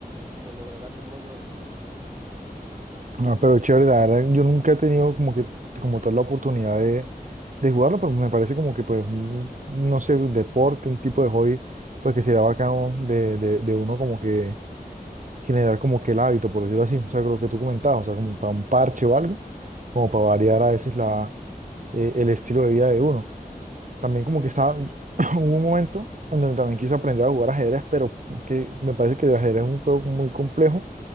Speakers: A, on the right; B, on the right.
A: como lograr hacer moñones.
B: Ah, pero chévere, la verdad, yo nunca he tenido como que como tal la oportunidad de, de jugarlo, pero me parece como que pues un, no sé, un deporte, un tipo de hobby, pues que sería bacano de, de, de uno como que generar como que el hábito, por decirlo así, o sea, lo que tú comentabas, o sea, como para un parche o algo, como para variar
A: Sí, sí,
B: a veces la, eh, el estilo de vida de uno. También como
A: sí,
B: que estaba,
A: sí, sí,
B: <clears throat> hubo un momento en donde también quise aprender a jugar ajedrez, pero que me parece que el ajedrez es un juego muy complejo,